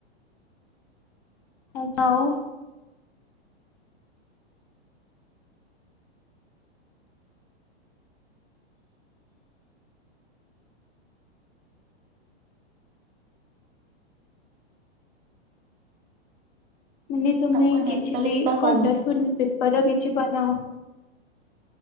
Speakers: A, on the left; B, on the right.
A: ଏ ତଉ। ମାନେ ତୁମେ
B: ତମକୁ ନେଲପଲିସ୍
A: କିଛି ବି
B: ପସନ୍ଦ
A: କଲରଫୁଲ୍ ପେପର ର କିଛି ବନାଅ?